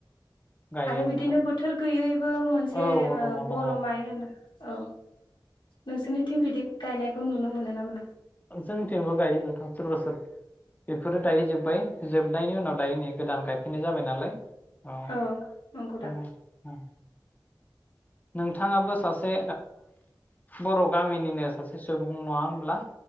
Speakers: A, on the left (about 20°); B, on the left (about 75°).
A: गायो
B: आरो
A: नोंथां
B: बिदिनो बोथोर गैयैबो मोनसे
A: औ दङ
B: बर'
A: दङ
B: माइ होनो औ नोंसोरनिथिं बिदि गायनायखौ नुनो मोनो ना मोना
A: जोंथिंबो गायो नोंथां सोरबा सोर बेफोरो दायो जोबबाय जोबनायनि उनाव दायो नै गोदान गायफिनाय जाबाय नालाय औ
B: औ नंगौ दा
A: नोंथाङाबो सासे बर' गामिनिनो सासे सुबुं नङा होनब्ला